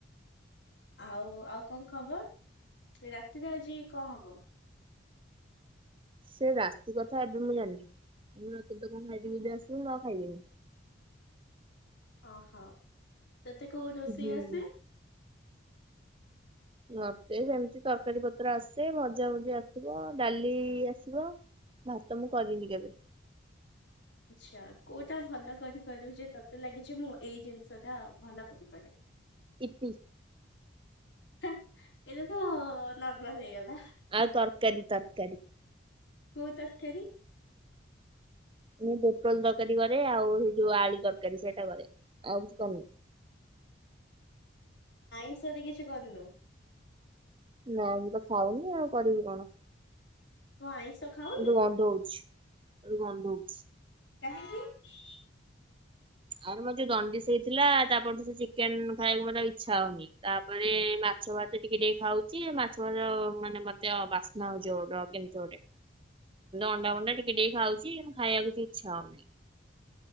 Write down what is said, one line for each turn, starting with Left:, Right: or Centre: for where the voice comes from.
Left: ଆଉ ଆଉ କଣ ଖବର, ରାତିରେ ଆଜି କଣ ହବ?
Right: ସେ ରାତି କଥା ଏବେ ମୁଁ ଜାଣିନି। ମୁଁ ରାତିରେ ତ କଣ ଖାଇଦେବି ଆସିବି ମୁଁ ଆଉ ଖାଇବିନି।
Left: ଅ ହୋ ତତେ କୋଉ ରୋଷେଇ
Right: ହୁଁ।
Left: ଆସେ?
Right: ମତେ ସେମିତି ତରକାରୀ ପତ୍ର ଆସେ ଭଜା ଭୁଜି ଆସିବ ଡାଲି ଆସିବ ଭାତ ମୁଁ କରିନି କେବେ।
Left: ଆଛା କୋଉଟା ଭଲ କରିପାରିବୁ ଯେ ତତେ ଲାଗୁଛି ମୁଁ ଏଇ ଜିନିଷ ଟା ଭଲ କରିପାରିବି?
Right: ଇପି।
Left: ଏଇଟା ତ ନର୍ମାଲ ହେଇଗଲା।
Right: ଆଉ ତରକାରୀ ତରକାରୀ
Left: କୋଉ ତରକାରୀ?
Right: ମୁଁ ପୋଟଳ ତରକାରୀ କରେ ଆଉ ସେଇ ଯୋଉ ଆଳୁ ତରକାରୀ ସେଇଟା କରେ ଆଉ କିଛି କରିନି।
Left: ଆଇଁଷ ରେ କିଛି କରିନୁ?
Right: ନା ମୁଁ ତ ଖାଉନି ଆଉ କରିବି କଣ?
Left: ତୁ ଆଇଁଷ ଖାଉନୁ
Right: ମତେ ଗନ୍ଧଉଛି ଗନ୍ଧଉଛି।
Left: କାହିଁକିି?
Right: ଆରେ ମୋତେ ଦଣ୍ଡିସ୍ ହେଇଥିଲା ତାପରଠୁ ତ ଚିକେନ ଖାଇବାକୁ ମତେ ଇଚ୍ଛା ହଉନି ତାପରେ ମାଛ ଫାଛ ଟିକେ ଟିକେ ଖାଉଚି ମାଛ ଫାଛ ମାନେ ମତେ ବାସ୍ନା ହଉଚି ଅଡୁଆ କେମିତି ଗୋଟେ ଅଣ୍ଡା ଫଣ୍ଡା ଟିକେ ଟିକେ ଖାଉଚି ଖାଇବାକୁ କିଛି ଇଚ୍ଛା ହଉନି।